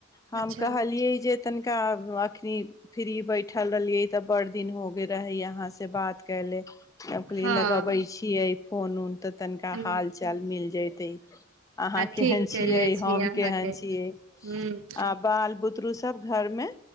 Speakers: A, on the left; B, on the right.
A: हम
B: अच्छा
A: कह हलियए जेतन का अखनी फ्री बैठल रहलियै तऽ बड़ दिन हो गेल रहै यहाँ से बात कले हम कहलिए
B: हँ
A: लगबै छियै फोन उन त तननका
B: नहि
A: हाल छै मिल जेतै अन्हा केहन
B: ठीक
A: छिय
B: कले छी
A: हम
B: अहाँके
A: केहन छिय
B: ह
A: हँ बाल बुतरू सब घर मे